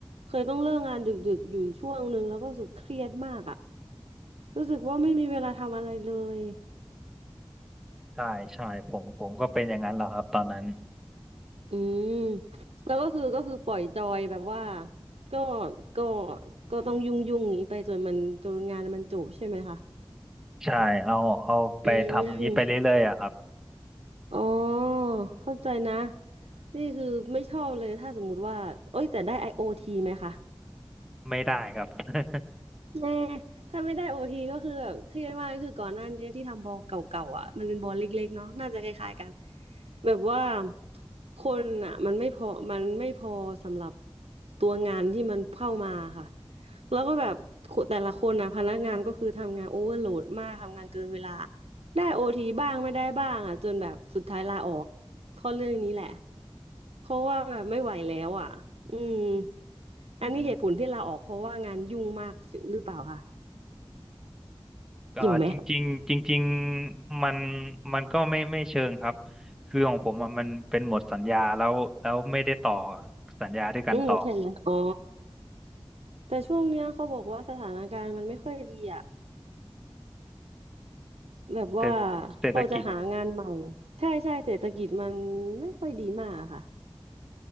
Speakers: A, on the right; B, in the centre.
A: เคยต้องเลิกงานดึกๆอยู่ช่วงนึงแล้วก็รู้สึกเครียดมากอ่ะรู้สึกว่าไม่มีเวลาทำอะไรเลย
B: ใช่ใช่ผมผมก็เป็นอย่างนั้นแหละครับตอนนั้น
A: อืมแล้วก็คือก็คือปล่อยจอยแบบว่าก็ก็ก็ต้องยุ่งยุ่งนี้ไปจนมันจนงานมันจบใช่ไหมคะ
B: ใช่เอาเอาไปทำอย่างนี้ไปเรื่อยๆอะครับ
A: อืม อ๋อเข้าใจนะนี่คือไม่ชอบเลยถ้าสมมุติว่าโอ้ยแต่ได้ IoT ไหมคะ
B: ไม่ได้ครับ <laughs>
A: แน่ถ้าไม่ได้ OT ก็คือแบบเครียดมากคือก่อนหน้านี้ที่ทำบอลเก่าๆอ่ะมันเป็นบอลเล็กๆเนาะน่าจะคล้ายๆกัน แบบว่าคนอ่ะมันไม่พอมันไม่พอสำหรับตัวงานที่มันเข้ามาค่ะแล้วก็แบบแต่ละคนนะพนักงานก็คือทำงานโอเวอร์โหลดมากทำงานเกินเวลาได้โอทีบ้างไม่ได้บ้างอ่ะจนแบบสุดท้ายลาออกเพราะเรื่องนี้แหละเพราะว่าแบบไม่ไหวแล้วอ่ะอืม
B: อือฮึ
A: อันนี้เหตุผลที่ลาออกเพราะว่างานยุ่งมากหรือเปล่าคะ
B: ก็จริงๆจริงๆมัน
A: เกี่ยวไหม
B: มันก็ไม่ไม่เชิงครับคือของผมอะมันเป็นหมดสัญญาแล้วแล้วไม่ได้ต่อสัญญาด้วยกันต่อ
A: อืมใช่ไหมอ๋อแต่ช่วงเนี้ยเขาบอกว่าสถานการณ์มันไม่ค่อยดีอ่ะ แบบว่า
B: เศรษเศรษฐกิจ
A: พอจะหางานใหม่ใช่ใช่เศรษฐกิจมันไม่ค่อยดีมากอะค่ะ